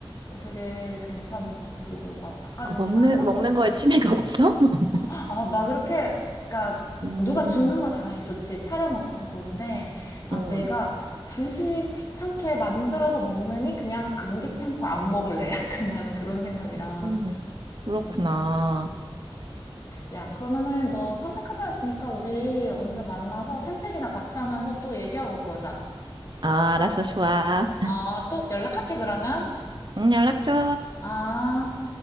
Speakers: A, on the left; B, on the right.
A: 어, 되게 괜찮은 것 같아. 그리고 막 바깥
B: 어,
A: 음식
B: 먹는,
A: 안 사 먹어도
B: 먹는 거에
A: 되니까.
B: 취미가 없어? <laughs>
A: 아, 막 이렇게, 그러니까
B: 음,
A: 누가 주는 건 당연히 좋지. 차려 먹는 건 좋은데, 막
B: 음,
A: 내가 굳이 귀찮게 만들어서 먹느니 그냥 안 귀찮고 안 먹을래. <laughs> 약간 나는 그런 생각이라.
B: 음, 그렇구나.
A: 음. 야, 그러면은 너 산책한다 했으니까 우리 언제 만나서 산책이나 같이 하면서 또 얘기하고 그러자.
B: 아, 알았어, 좋아.
A: 아, 또 연락할게, 그러면.
B: 응 연락 줘.
A: 아.